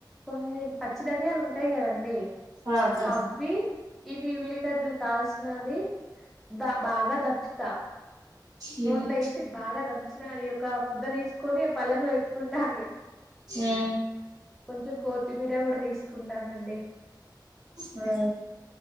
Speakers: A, in the centre; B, on the right.
A: కొన్ని పచ్చి ధనియాలు ఉంటాయి కద అండి
B: ఆహా
A: అవి ఇది ఉల్లిగడ్డలు కాల్చినది దా బాగా దంచుతా
B: ఉమ్
A: లో వేసి బాగా దంచిన అది ఒక ముద్ద తీసుకొని పల్లెంలో పెట్టుకుంటాండి
B: ఉమ్
A: కొంచెం కొత్తిమీర కూడా తీసుకుంటానండి
B: ఆ